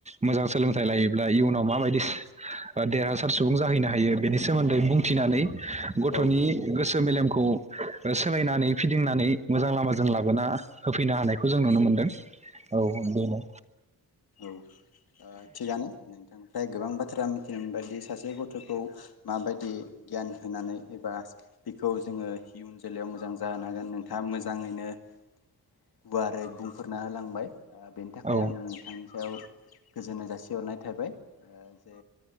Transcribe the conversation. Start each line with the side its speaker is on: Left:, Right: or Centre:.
Right: मोजां सोलोंथाइ लायो ब्ला इयुनाव माबायदि देरहासार सुबुं जाहैनो हायो बेनि सोमोन्दै बुंथिनानै गथ'नि
Left: औ
Right: गोसो मेलेमखौ सोलायनानै फिदिंनानै मोजां लामाजों लाबोना होफैनो हानायखौ जों नुनो मोनो दों औ बेनो
Left: औ थिगआनो नोंथां फ्राय गोबां बाथ्रा मिथिनो मोनबायदि सासे गथ'खौ माबायदि गियान होनानै एबा बेखौ जोङो इयुन जोलैयाव मोजां जाहोनो हागोन नोंथाङा मोजाङैनो गुवारै बुंफोरना होलांबाय बेनि थाखाय
Right: औ
Left: आं नोंथांनि सायाव गोजोननाय जासिहरनाय थाबाय ओ जे